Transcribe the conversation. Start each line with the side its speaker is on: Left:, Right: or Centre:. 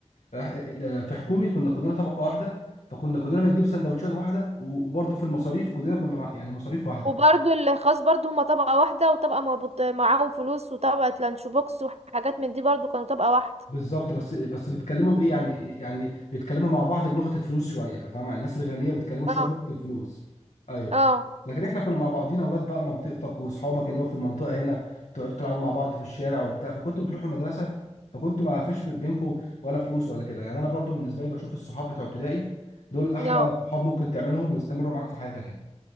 Left: إح- في حكومي كنا كلنا طبقه واحده فكنا كلنا بنجيب سندوتشات واحده وبرده في المصاريف كلنا كنا مع- يعني مصاريف واحده
Right: وبرضو الخاص برضو هما طبقة واحدة وطبقة مربوط معاهم فلوس وطبقة لانش بوكس وحاجات من دي برضو كانوا طبقة واحدة
Left: بالظبط بس بس بيتكلموا بايه يعني يعني بيتكلموا مع بعض بلغه الفلوس شويه فاهم يعني الناس الغنيه بيتكلموا شويه
Right: اه
Left: بلغه الفلوس ايوه
Right: اه
Left: لكن احنا كنا مع بعضينا اولاد بقى منطقتك واصحابك اللي هو في المنطقه هنا تقعدوا تلعبوا مع بعض في الشارع وبتاع فكنتوا بتروحوا المدرسه فكنتوا ما فيش بينكم ولا فلوس ولا كده يعني انا برضو بالنسبه لي بشوف الصحاب بتوع ابتدائي دول احلى
Right: اه
Left: صحاب ممكن تعملهم ويستمروا معاك في حياتك يعني